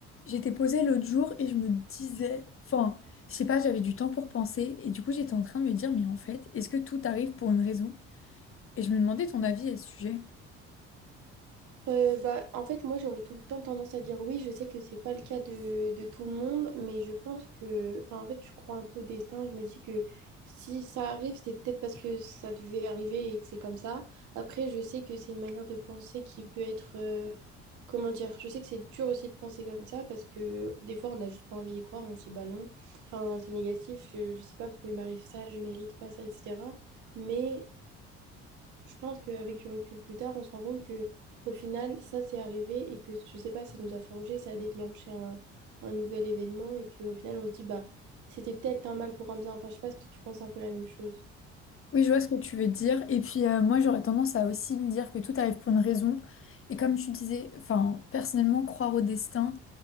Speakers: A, on the left (about 45°); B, on the right (about 70°).
A: J'étais posée l'autre jour et je me disais, enfin, je sais pas, j'avais du temps pour penser et du coup j'étais en train de me dire, mais en fait, est-ce que tout arrive pour une raison? Et je me demandais ton avis à ce sujet.
B: Euh, bah, en fait, moi, j'aurais tout le temps tendance à dire oui. Je sais que c'est pas le cas de, de tout le monde, mais je pense que, enfin, en fait, je crois un peu au destin. Je me dis que si ça arrive, c'est peut-être parce que ça devait arriver et que c'est comme ça. Après, je sais que c'est une manière de penser qui peut être, euh, comment dire, je sais que c'est dur aussi de penser comme ça parce que des fois, on n'a juste pas envie d'y croire. On se dit, bah non, enfin, c'est négatif. Je, je sais pas pourquoi il m'arrive ça, je mérite pas ça, etc. Mais je pense qu'avec du recul plus tard, on se rend compte que au final, ça c'est arrivé et que je sais pas, ça nous a forgé, ça a déclenché un, un nouvel événement et qu'au final, on se dit bah c'était peut-être un mal pour un bien. Enfin, je sais pas si toi, tu penses un peu la même chose.
A: Oui, je vois ce que tu veux dire. Et puis euh, moi j'aurais tendance à aussi me dire que tout arrive pour une raison. Et comme tu disais, enfin, personnellement, croire au destin.